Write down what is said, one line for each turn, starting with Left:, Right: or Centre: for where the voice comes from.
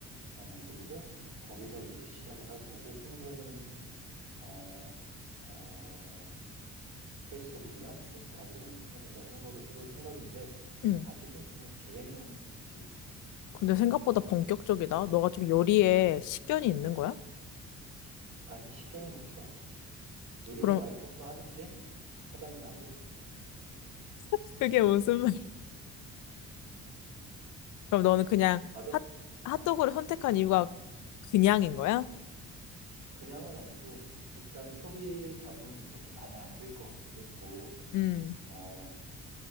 Right: 어, 만들고, 거기서 이제 시작을 할 거고, 홍보는, 어, 어, 페이스북이나 인스타그램을 통해서 홍보를 해볼 생각인데,
Left: 응.
Right: 아직은 그냥 계획만 있지.
Left: 근데 생각보다 본격적이다. 너가 좀 요리에 식견이 있는 거야?
Right: 아니, 식견은 없어. 요리는
Left: 그럼
Right: 와이프가 하겠지? 사장은 나고.
Left: <laughs> 그게 무슨 말? 그럼 너는 그냥
Right: 맛없,
Left: 핫 핫도그를
Right: 어,
Left: 선택한 이유가 그냥인 거야?
Right: 그냥은 아니고, 일단 초기 자본이 그렇게 많이 안 들 것 같기도 했고,
Left: 응,
Right: 어,